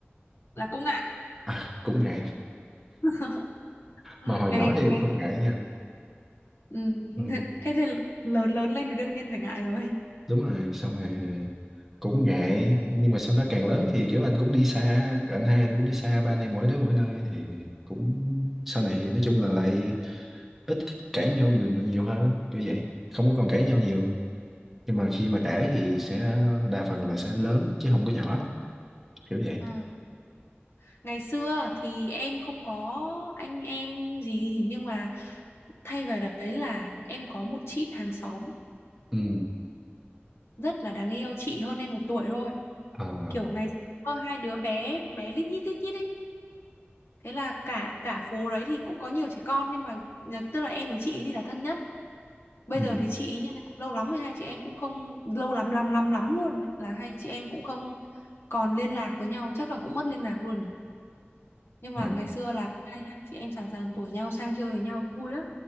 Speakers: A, on the left; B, in the centre.
A: là cũng ngại
B: à, cũng ngại
A: <laughs>
B: mà hồi
A: ngày
B: nhỏ thì
A: ngày
B: không ngại nha
A: ừ.
B: ừ.
A: <laughs> thế thì lớn lớn lên thì đương nhiên phải ngại rồi
B: đúng rồi xong rồi cũng ngại nhưng mà sau đó càng lớn thì kiểu anh cũng đi xa anh hai anh cũng đi xa ba anh em mỗi đứa mỗi nơi thì cũng sau này thì nói chung là lại ít cãi nhau nhiều, nhiều hơn kiểu vậy không có còn cãi nhau nhiều nhưng mà khi mà cãi thì sẽ đa phần là sẽ lớn chứ không có nhỏ kiểu vậy
A: ừ. ngày xưa thì em không có anh em gì nhưng mà thay vào đấy là em có một chị hàng xóm
B: ừ
A: rất là đáng yêu chị hơn em một tuổi thôi
B: ờ
A: kiểu ngày xưa hai đứa bé bé lít nhít lít nhít ấy thế là cả cả phố đấy thì cũng có nhiều trẻ con nhưng mà nhờ- tức là em với chị ấy thì là thân nhất bây
B: ừ
A: giờ thì chị ý như nào lâu lắm rồi hai chị em cũng không lâu lắm lắm lắm lắm luôn ấy, là hai chị em cũng không còn liên lạc với nhau chắc là cũng mất liên lạc luôn rồi nhưng
B: ờ
A: mà ngày xưa là hai hai chị em sàn sàn tuổi nhau sang chơi với nhau vui lắm